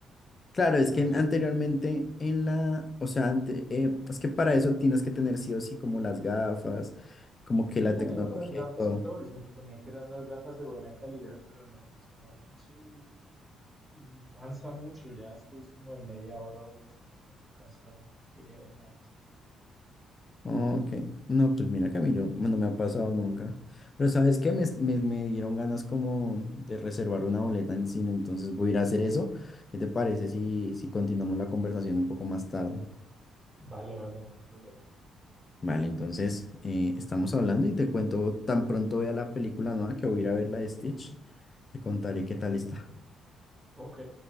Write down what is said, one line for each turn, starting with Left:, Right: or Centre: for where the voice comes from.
Left: Claro, es
Centre: no
Left: que en-
Centre: sé,
Left: anteriormente
Centre: muy bien.
Left: en la, o sea, ante- eh, es que para eso tienes que tener sí o sí como las gafas, como que
Centre: Sí,
Left: la
Centre: teníamos
Left: tecnología
Centre: las gafas
Left: y todo.
Centre: y todo, y se suponía que eran unas gafas de buena calidad, pero no, eso no, no se ve bien. Y cansa mucho, ya después como de media hora o algo así, ya quedamos cansado yo no quería ver nada más.
Left: Ok, no, pues mira que a mí yo, no me ha pasado nunca. Pero ¿sabes qué? Me, me, me dieron ganas como de reservar una boleta en cine, entonces voy a ir a hacer eso. ¿Qué te parece si, si continuamos la conversación un poco más tarde?
Centre: Vale, vale, no hay problema.
Left: Vale, entonces eh, estamos hablando y te cuento tan pronto vea la película nueva que voy a ir a ver la de Stitch. Te contaré qué tal está.
Centre: Ok,